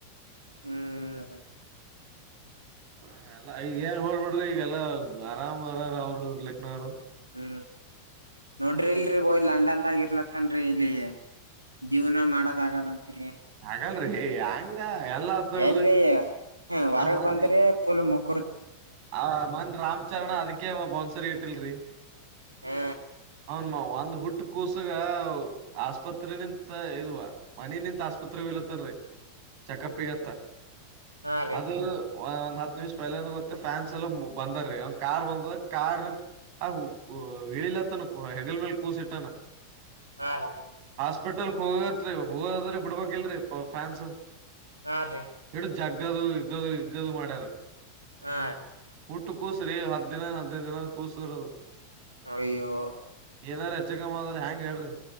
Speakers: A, on the right; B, on the right.
A: ಹ್ಮ್
B: ಹ ಎಲ್ಲಾ ಈಗ ಏನ್ ಹೋಲ ಬಿಡ್ರಿ ಈಗಲ್ಲಾ ಆರಾಮ್ರಾರ ಅವರು ಲೆಕ್ನವರು.
A: ಹ್ಮ. ನೋಡ್ರಿ ಇಲ್ರಿ ಹೋಗಿ ಲಂಡನ್ ಅವ ಇರ್ರಂತ್ತನ್ರಿ ಇಲ್ಲಿ ಜೀವ್ನ ಮಾಡದಲಗದಂತ್ರಿ.
B: ಹಾಗಲ್ರಿ ಹಂಗ ಎಲ್ಲ ಆತ್ ನೋಡ್ರಿ
A: ಎಲ್ಲಿ ಹ ಹೊರಗ್
B: ಆ ಮೊನ್ನೆ
A: ಬಂದ್ರೆ ಪುಲ್ ಮುಕ್
B: ಆ ಮನ್ ರಾಮ್ಚರಣ ಅದಕ ಬೌನ್ಸರ್ ಇಟ್ಟಿಲ್ರಿ.
A: ಹಾ.
B: ಹೌನ್ ಮಾ ಒಂದ್ ಹುಟ್ಟ ಕೂಸಗ ಆಸ್ಪತ್ರೆ ನಿಂತ ಇದುವ ಮನ ನಿಂತ ಆಸ್ಪತ್ರೆ ಇಲತ್ತನ್ರಿ ಚೆಕಪ್ಗತ್ತ.
A: ಹಾ ರೀ
B: ಅದು ಒಂದ್ ಹತ್ ನಿಮಿಷಾ ಪಲೆಂದ ಗೊತ್ತೆ ಫ್ಯಾನ್ಸ್ ಎಲ್ಲ ಬಂದಾರೀ ಒಂದ್ ಕಾರ್ ಬಂದಾಗ ಕಾರ್ ಆ ಆ ಇಳಿಲತ್ತನ. ಹೊ ಹೆಗಲ್ ಮೇಲ ಕೂಸ ಇಟ್ಟಾನಾ.
A: ಹಾ ರ
B: ಹಾಸ್ಪಿಟಲ್ ಹೋಗತ್ರಿ ಹೋಗದ್ರ ಬಿಡ್ಬೇಕಲ್ರರಿ ಫ್ಯಾನ್ಸ್.
A: ಹಾರೀ.
B: ಹಿಡಿದು ಜಗ್ಗದು ಇಗ್ಗದು ಇಗ್ಗದು ಮಾಡ್ಯಾರ.
A: ಹಾ.
B: ಹೂಟ್ಟ ಕೂಸ್ರಿ ಹತ್ತಾ ದಿನ ಹದ್ನೈದ ದಿನದ ಕೂಸರದ.
A: ಅಯ್ಯೋ.
B: ಏನಾರ ಹೆಚ್ಚು ಕಮ್ಮ ಆದದ್ರ ಹೆಯಾಂಗ ಹೇಳ್ರಿ.